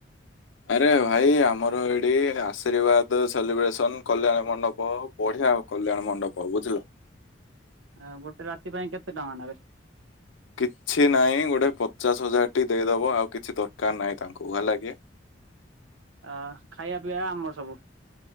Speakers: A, on the left; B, on the right.
A: ଆରେ ଭାଇ ଆମର ଏଇଠି ଆଶୀର୍ବାଦ, ସେଲିବ୍ରେସନ, କଲ୍ୟାଣ ମଣ୍ଡପ ବଢିଆ କଲ୍ୟାଣ ମଣ୍ଡପ ବୁଝିଲ।
B: ଆ ଗୋଟେ ରାତି ପାଇଁ କେତେ ଟଙ୍କା ନେବେ?
A: କିଛି ନାହିଁ ଗୋଟେ ପଚାଶ ହଜାର ଟି ଦେଇଦବ ଆଉ କିଛି ଦରକାର ନାହିଁ ତାଙ୍କୁ ହେଲା କି।
B: ଅ ଖାଇବା ପିଇବା ଆମର ସବୁ।